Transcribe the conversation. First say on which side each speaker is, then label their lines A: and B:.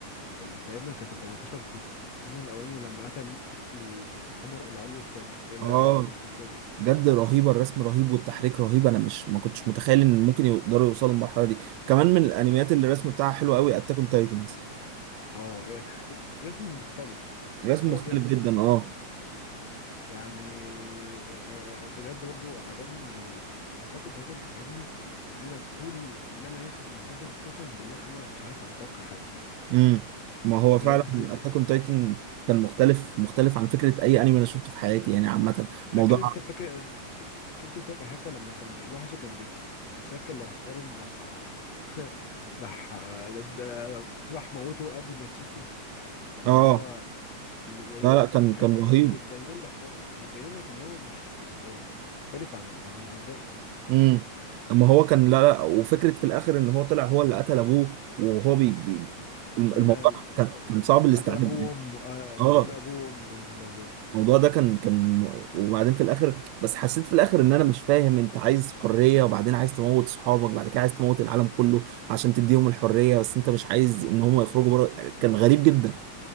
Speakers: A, on the left; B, on the right.
A: التقريبا كانت ال 18 في الس- في السيزون الاولاني لما قتل ال- القمر العلوي السادس ال-
B: اه
A: السفلي السادس
B: بجد رهيبه الرسم رهيب والتحريك رهيب انا مش ما كنتش متخيل ان ممكن يقدروا يوصلوا للمرحله دي كمان من الانميات اللي الرسم بتاعها حلو قوي اتاك اون تايتنز
A: اه إيه، رسم مختلف
B: الرسم
A: بس هو
B: مختلف
A: جامد
B: جدا اه
A: يعني آه، آه، بجد برضو عجبني اتاك اون تايتن عجبني ان انا طول ما انا ماشي في المسلسل قسما بالله انا مش عارف اتوقع حاجه
B: امم ما
A: بجد
B: هو فعلا اتاك اون تايتن كان مختلف مختلف عن فكره اي انمي انا شفته في حياتي يعني عامه موضوع
A: فاكر انت فاكر ش- شفت انت الحته لما كان الوحش كان بيت- بيتشكل راح ايرن راح <laughs> راح د- د- راح موته قبل ما يتشكل لما
B: اه
A: هو اللي جاي-
B: لا لا كان
A: الحته
B: كان رهيب
A: دي بتبين لك اه بتبين لك ان هو مش يعني مختلف عن عن عن الباقي فاهم؟
B: امم اما هو كان لا لا وفكره في الاخر ان هو طلع هو اللي قتل ابوه وهو بي بي الم-
A: لا
B: الموضوع
A: لا
B: كان كان صعب الاستيعاب
A: قتل ابوه
B: يعني
A: وامه اه،
B: اه
A: قتل ابوه وامه يا نهار ابيض <clears throat>
B: الموضوع ده كان كان وبعدين في الاخر بس حسيت في الاخر ان انا مش فاهم انت عايز حريه وبعدين عايز تموت صحابك بعد كده عايز تموت العالم كله عشان تديهم الحريه بس انت مش عايز ان هم يخرجوا بره كان غريب جدا